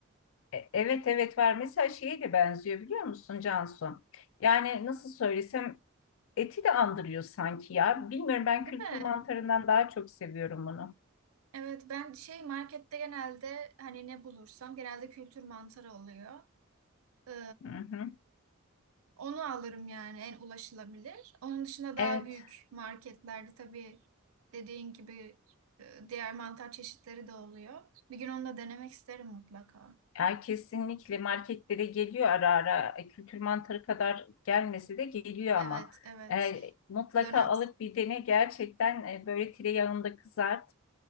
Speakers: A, on the left; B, on the right.
A: E- Evet evet var. Mesela şeye de benziyor biliyor musun Cansu? Yani nasıl söylesem eti de andırıyor sanki ya. Bilmiyorum ben
B: değil
A: kültür
B: mi?
A: mantarından daha çok seviyorum bunu.
B: Evet, ben şey markette genelde hani ne bulursam genelde kültür mantarı oluyor. Ee,
A: Hı hı.
B: onu alırım yani en ulaşılabilir. Onun dışında daha
A: Evet.
B: büyük marketlerde tabii dediğin gibi e, diğer mantar çeşitleri de oluyor. Bir gün onu da denemek isterim mutlaka.
A: Yani kesinlikle marketlere geliyor ara ara. E, Kültür mantarı kadar gelmesi de geliyor
B: Evet,
A: ama.
B: evet.
A: E, mutlaka
B: Dönem.
A: alıp bir dene gerçekten e, böyle tereyağında kızart.